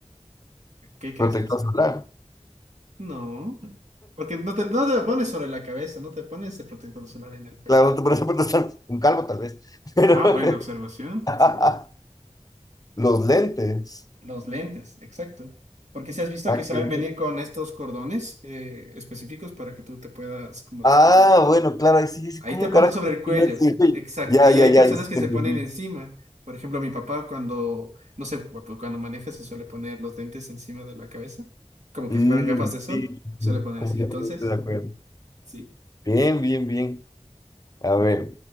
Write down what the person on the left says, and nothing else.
Protector
solar.
Claro, tú por eso puedes estar un calvo tal vez, <laughs> pero
<laughs>
los lentes.
Ah,
que no.
Ah,
bueno, claro, ahí sí, sí,
¿cómo
carajo?
<laughs>
Ya,
ya,
ya,
ya sí
te
entendí.
Mm,
sí,
sí,
completamente
de acuerdo.
Bien, bien, bien. A
ver,